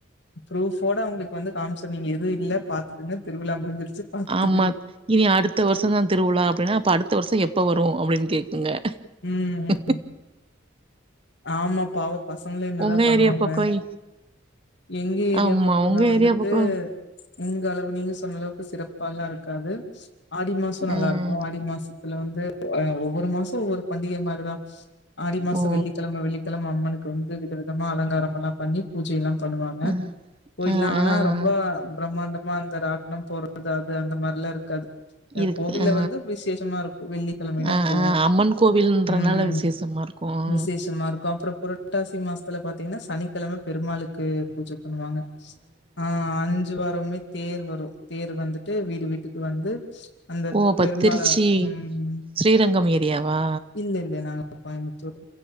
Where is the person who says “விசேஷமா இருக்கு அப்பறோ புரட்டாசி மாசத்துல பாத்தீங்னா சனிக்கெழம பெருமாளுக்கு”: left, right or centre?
Left